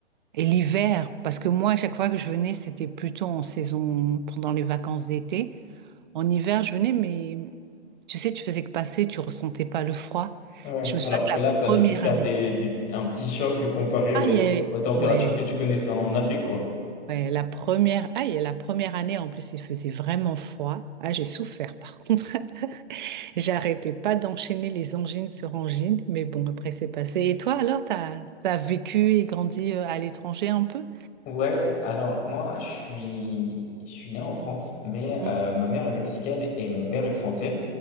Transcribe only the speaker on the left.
Ouais,
alors
que
là, ça
a dû te faire
des, des- un petit choc comparé
au-
aux températures
que tu connaissais en Afrique, quoi.
Ouais, alors moi, je suis, je suis né en France, mais
euh, ma mère est mexicaine et mon père est français.